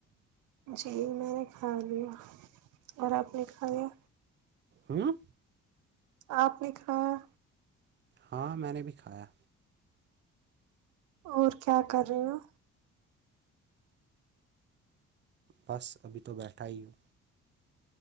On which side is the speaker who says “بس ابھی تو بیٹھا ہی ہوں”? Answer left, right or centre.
Right